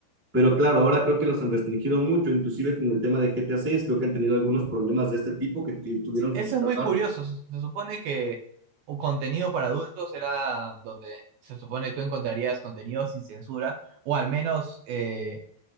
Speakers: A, on the right; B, on the right.
A: Pero claro, ahora creo que los han restringido mucho, inclusive con el tema de GTA 6, creo que han tenido algunos problemas de este tipo que tu- tuvieron
B: sí,
A: que
B: Eso
A: quitar
B: es muy
A: parte.
B: curioso, se, se supone que un contenido para adultos era donde se supone tú encontrarías contenido sin censura o al menos eh,